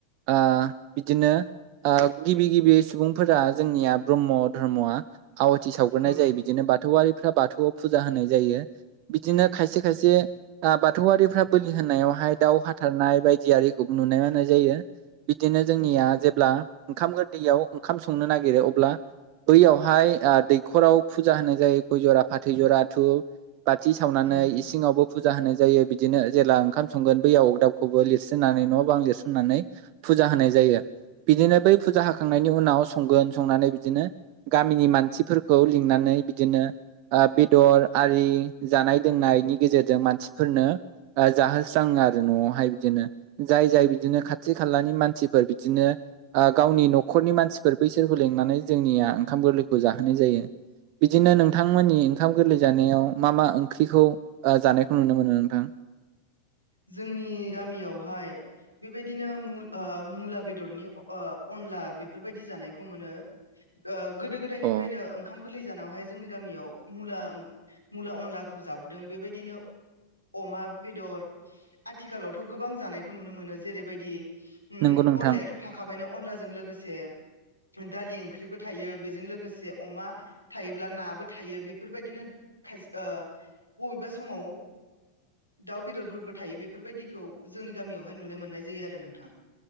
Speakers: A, on the right; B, on the left.
A: आ बिदिनो आ गिबि गिबि सुबुंफोरा जोंनिया ब्रम्ह धर्मआ आवाथि सावग्रोनाय
B: औ
A: जायो बिदिनो बाथौआरिफ्रा बाथौआव फुजा होनाय जायो बिदिनो
B: उम
A: खायसे खायसे आ बाथौआरिफ्रा बोलि होननायावहाय दाउ हाथारनाय बायदि आरिखौ नुनो मोन्नाय जायो बिदिनो जोंनिया
B: औ
A: जेब्ला ओंखाम गोरलैयाव ओंखाम संनो नागिरो अब्ला बैयावहाय ओ दैखराव फुजा होनाय जायो गय जरा फाथै जराथु बाथि सावनानै
B: उम
A: इसिङावबो फुजा होनो। बिदिनो जेला ओंखाम संगोन बैयाव अगदाबखौबो लिरसनानै न' बां लिरसनानै फुजा होनाय जायो। जै <inaudible> बिदिनो बै फुजा हाखांनायनि उनाव संगोन संनानै बिदिनो गामिनि मानसिफोरखौ लिंनानै बिदिनो आ बेदर आरि जानाय लोंनायनि गेजेरजों मानसि- फोरनो जाहोस्राङो आरो न'आवहाय बिदिनो जाय जाय बिदिनो खाथि खालानि मानसि सोरबा बिदिनो गावनि न'खरनि मानसिफोर बैसोरखौ लेंनानै जोंनिया ओंखाम गोरलैखौ जोनो जायो बिदिनो नोंथांमोननि ओंखाम गोरलै जानायाव मा मा ओंख्रिखौ आं जानायखौ नुनो मोनो नोंथां?
B: जोंनि गामियावहाय बेबायदिनो मु ओ मुला बेदरनि ओ अनला बेफोरबायदि जानायखौ मोनो। ओ गोदो - गोदायनिफ्रायनो
A: अ
B: ओंखाम- गोरलै जानावहाय जोंनि गामियाव मुला मुला अनलाखौ जाबोदों बेबायदिनो अमा बेदर आथिखालावथ' गोबां जानायखौ नुनो मोनो जेरैबायदि- उ
A: नंगौ नोंथां
B: अनलायाथ' थाखाबायनो अनलाजों लोगोसे। दालि ओंख्रिबो थायो बेजों लोगोसे अमा थायोब्ला नाबो थायो बेफोरबायदिनो। खायसे ओ बबेबा समाव दाउ बेदरफोरबो थायो बेफोरबायदिखौ जोंनि गामियावहाय नुनो मोननाय जायो आरो नोंथां।